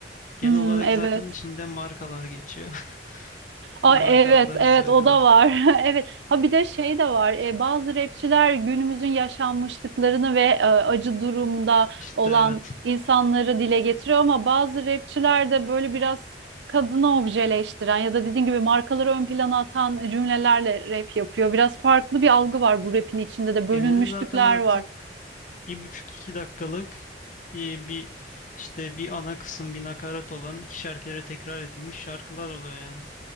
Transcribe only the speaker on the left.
Genel
olarak
zaten içinde markalar geçiyor. <laughs>
Marka
adları
söylüyorlar.
İşte
evet.
Geneli
zaten artık
bir buçuk iki dakikalık e, bir işte bir ana kısım bir nakarat olan ikişer kere tekrar edilmiş şarkılar oluyor yani.